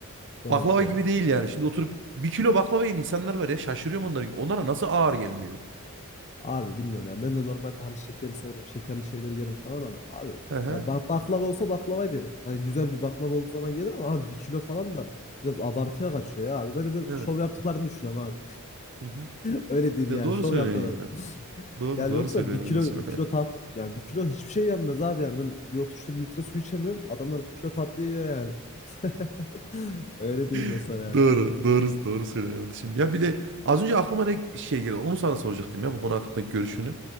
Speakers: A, on the left; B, on the right.
A: Doğru
B: Baklava
A: doğru.
B: gibi değil yani. Şimdi oturup bir kilo baklava yiyen insanlar var ya şaşırıyorum onlara. Onlara nasıl ağır gelmiyor?
A: Abi bilmiyorum ya. Ben de normalde hani şekeri severim. Şekerli şeyleri yerim falan ama abi
B: Hı hı.
A: ya bak baklava olsa baklava yerim. Yani güzel bir baklava olduğu zaman yenir ama abi bir kilo falan da biraz abartıya kaçıyor ya abi. Böyle bir
B: Evet.
A: şov yaptıklarını düşünüyorum abi.
B: Hı hı.
A: <laughs> Öyle diyeyim
B: Ya
A: yani
B: doğru
A: şov
B: söylüyorsun
A: yapıyorlar.
B: yani.
A: <laughs>
B: Doğru
A: Yani
B: doğru
A: yoksa
B: söylüyorsun
A: bir kilo bir
B: kardeşim.
A: kilo tat yani bir kilo hiçbir şey yenmez abi yani ben bir oturuşta bir litre su içemiyorum. Adamlar bir kilo tatlı yiyor yani. <laughs> Öyle diyeyim mesela
B: <laughs>
A: yani
B: Doğru,
A: abi.
B: doğru, doğru söylüyorsun kardeşim. Ya bir de az önce aklıma ne şey geldi. Onu sana soracaktım ya bu konu hakkındaki görüşünü.